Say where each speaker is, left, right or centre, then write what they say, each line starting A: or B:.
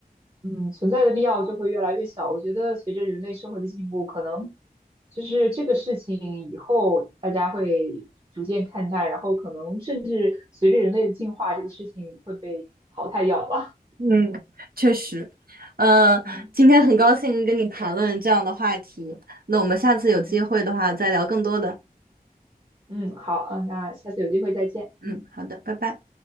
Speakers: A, on the right; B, on the right.
A: 嗯，存在的必要就会越来越小。我觉得随着人类社会的进步，可能就是这个事情以后大家会逐渐看待，然后可能甚至随着人类的进化，这个事情会被淘汰掉吧。
B: 嗯，确实，呃，
A: <laughs> 嗯
B: 今天很高兴跟你谈论这样的话题，那我们下次有机会的话再聊更多的。
A: 嗯嗯，好，嗯，那下次有机会再见。
B: 嗯，
A: 嗯。
B: 好的，拜拜。